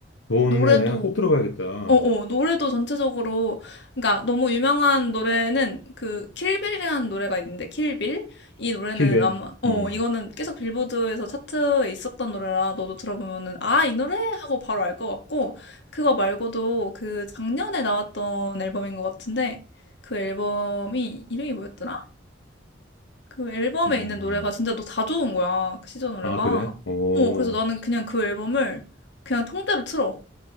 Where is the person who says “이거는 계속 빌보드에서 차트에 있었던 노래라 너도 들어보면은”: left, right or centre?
Left